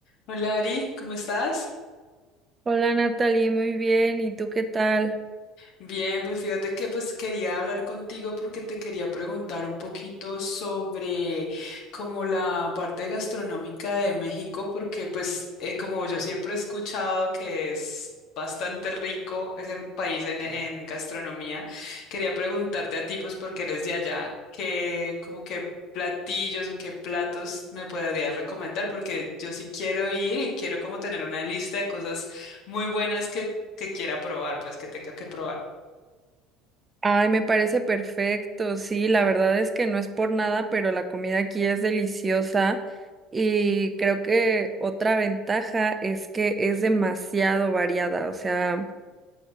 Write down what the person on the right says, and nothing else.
Hola Natalie, muy bien. ¿Y tú qué tal?
Ay, me parece perfecto. Sí, la verdad es que no es por nada, pero la comida aquí es deliciosa y creo que otra ventaja es que es demasiado variada. O sea,